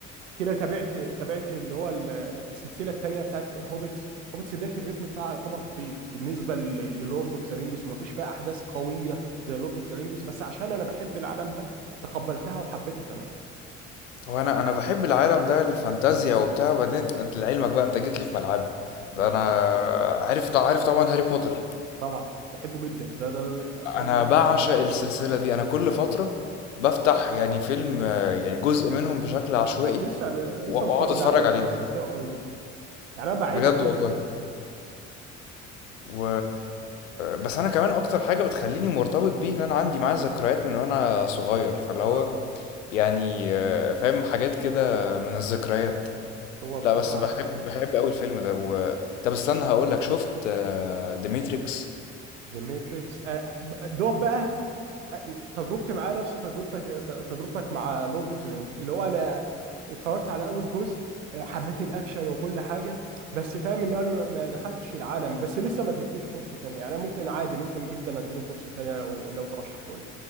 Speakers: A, on the right; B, on the left.
A: كده تابعت تابعت اللي هو ال- السلسله الثانيه بتاعت هوبتس هوبتس ديت الريتم بتاعه يعتبر بطيء بالنسبه للورد اوف ذا رينجز وما فيش فيها احداث قويه زي لورد اوف ذا رينجز بس عشان انا بحب العالم ده تقبلتها وحبيتها كمان
B: هو انا انا بحب العالم ده الفانتازيا وبتاع وبعدين
A: مم.
B: انت لعلمك بقى انت جيت لي في ملعبي ده
A: مم.
B: انا عارف عارف طبعا هاري بوتر
A: طبعا بحبه جدا ده ده ده- افلام
B: انا
A: الطفوله
B: بعشق السلسله دي انا كل
A: آه.
B: فتره بفتح يعني فيلم آه، يعني جزء منهم بشكل عشوائي
A: لسه لسه
B: واقعد
A: متفرج
B: اتفرج
A: على
B: عليه
A: على سلسله قريب يعني انا بعيدها
B: بجد
A: كل
B: والله
A: شويه
B: و... بس انا كمان اكتر حاجه بتخليني مرتبط بيه ان انا عندي معاه ذكريات من وانا صغير فاللي
A: اه
B: هو يعني آه، فاهم حاجات كده من الذكريات
A: هو بصراحه
B: لا بس بحب
A: حاجة عظيمه
B: بحب قوي الفيلم ده و... طب استنى هقول لك شفت ذا ماتريكس
A: ذا ماتريكس دوب بقى آه، تجربتي معاه نفس تجربتك تجربتك مع لورد اوف ذا رينجز اللي هو انا اتفرجت على اول جزء آه، حبيت الاكشن وكل حاجه بس فاهم ان انا ما ما دخلتش العالم بس لسه ما اديتلوش فرصه تانية يعني أنا ممكن عادي ممكن جدا اديله فرصه تانية لو لو ترشحوا لي